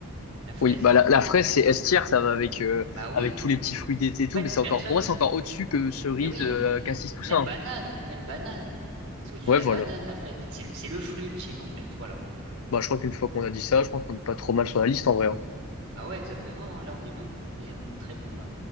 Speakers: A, on the right (about 70°); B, on the left (about 75°).
A: La fraise.
B: Oui, bah la, la fraise, c'est S tier, ça va avec, euh,
A: Bah oui.
B: avec tous les petits fruits d'été
A: En
B: et tout,
A: fait,
B: mais c'est
A: personne.
B: encore, pour moi, c'est encore au-dessus que cerise,
A: Mais oui,
B: euh, cassis, tout ça.
A: même
B: hein.
A: banane, même banane. C'est au-dessus
B: Ouais,
A: de la
B: voilà.
A: banane, la fraise. C'est le, c'est le fruit ultime, en fait. Voilà.
B: Bah, je crois qu'une fois qu'on a dit ça, je pense qu'on est pas trop mal sur la liste en vrai. hein.
A: Bah ouais, exactement. hein. Là, on est bien. On est, on est très bon, là.